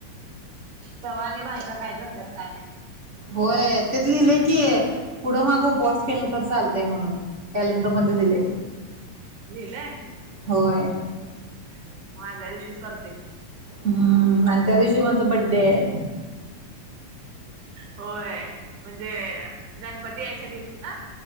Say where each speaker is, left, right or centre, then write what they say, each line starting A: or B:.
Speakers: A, on the right; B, on the right.
A: तवा आणि बायका काय करतात कायम
B: होय तेतली लैकी ये पुढं माग उपवास केला तर चालतय म्हणून कॅलेंडर मध्ये दिले
A: लला
B: होय
A: ह म आल्या दिवशीच करतील
B: हम्म आणि त्या दिवशी माझ बड्डे आहे
A: होय म्हणजे गणपती यायच्या दिवशी ना